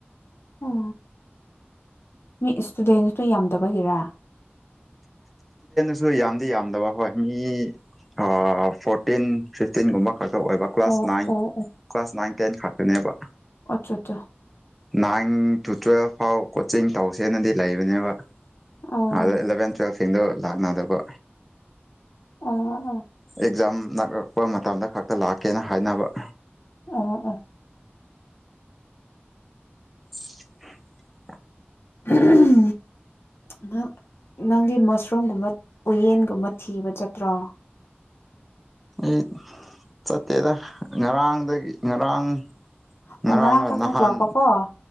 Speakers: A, on the left (about 70°); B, in the centre.
A: ꯑꯣ ꯃꯤ ꯏꯁꯇꯨꯗꯦꯟꯁꯇꯨ ꯌꯥꯝꯗꯕꯒꯤꯔꯥ
B: ꯁꯨ ꯌꯥꯝꯗꯤ ꯌꯥꯝꯗꯕ ꯍꯣꯏ ꯃꯤ ꯑꯥ ꯐꯣꯔꯇꯤꯟ ꯐꯤꯐꯇꯤꯟꯒꯨꯝꯕ ꯈꯛꯇ ꯑꯣꯏꯕ ꯀ꯭ꯂꯥꯁ
A: ꯑꯣ
B: ꯅꯥꯏꯟ
A: ꯑꯣ
B: ꯀ꯭ꯂꯥꯁ ꯅꯥꯏꯟ ꯇꯦꯟ ꯈꯛꯇꯅꯦꯕ
A: ꯑꯆꯥ ꯆꯥ
B: ꯅꯥꯏꯟ ꯇꯨ ꯇꯨꯋꯦꯜꯚ ꯐꯥꯎ ꯀꯣꯆꯤꯡ ꯇꯧꯁꯦꯅꯗꯤ ꯂꯩꯕꯅꯦꯕ
A: ꯑꯣ
B: ꯑꯗ ꯏꯂꯕꯦꯟ ꯇ꯭ꯋꯦꯜꯐ ꯁꯤꯡꯗꯨ ꯂꯥꯛꯅꯗꯕ
A: ꯑꯥ ꯑꯥ
B: ꯑꯦꯛꯖꯥꯝ ꯅꯛꯔꯛꯄ ꯃꯇꯝꯗ ꯈꯛꯇ ꯂꯥꯛꯀꯦꯅ ꯍꯥꯏꯅꯕ
A: ꯎꯝ ꯑ
B: <inaudible>
A: ꯑꯍꯝ ꯅꯪ ꯅꯪꯒꯤ ꯃꯁꯔꯨꯝꯒꯨꯝꯕ ꯎꯌꯦꯟꯒꯨꯝꯕ ꯊꯤꯕ ꯆꯠꯇ꯭ꯔꯣ
B: ꯑꯩ ꯆꯠꯇꯦꯗ ꯉꯔꯥꯡ ꯗꯒꯤ ꯉꯔꯥꯡ
A: ꯑꯣ
B: ꯉꯔꯥꯡꯂ
A: ꯉꯔꯥꯡ ꯈꯛ
B: ꯅꯍꯥꯟ
A: ꯊꯣꯛꯂꯛꯄꯀꯣ ꯑꯣ